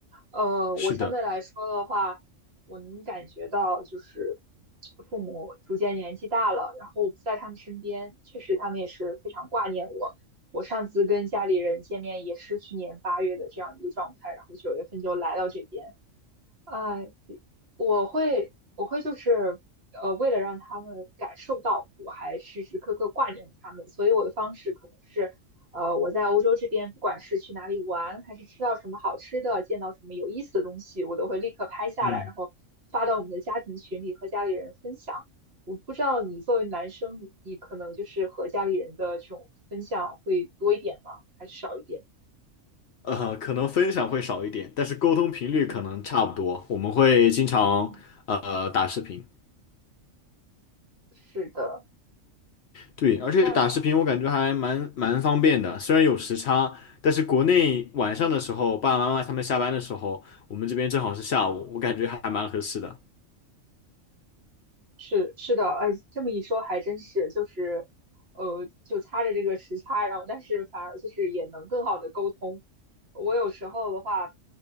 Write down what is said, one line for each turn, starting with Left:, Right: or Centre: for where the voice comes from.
Right: 呃，
Left: 是的。
Right: 我相对来说的话，我能感觉到就是父母逐渐年纪大了，然后我不在他们身边，确实他们也是非常挂念我。我上次跟家里人见面也是去年八月的这样一个状态，然后九月份就来到这边。哎，我会我会就是呃，为了让他们感受到我还时时刻刻挂念他们，所以我的方式可能是，呃，我在欧洲这边，不管是去哪里玩，还是吃到什么好吃的，见到什么有意思的东西，我都会立刻拍下来，
Left: 嗯，
Right: 然后发到我们的家庭群里和家里人分享。我不知道你作为男生，你你可能就是和家里人的这种分享会多一点吗？还是少一点？
Left: 呃，可能分享会少一点，但是沟通频率可能差不多。
Right: 嗯，
Left: 我们会经常呃打视频，
Right: 嗯。嗯是的。
Left: 对，而且打视频我感觉还蛮蛮方便的，
Right: 那
Left: 虽然有时差，但是国内晚上的时候，爸爸妈妈他们下班的时候，我们这边正好是下午，我感觉还蛮合适的。
Right: 是是的，哎，这么一说还真是，就是，呃，就擦着这个时差，然后但是反而就是也能更好的沟通，我有时候的话，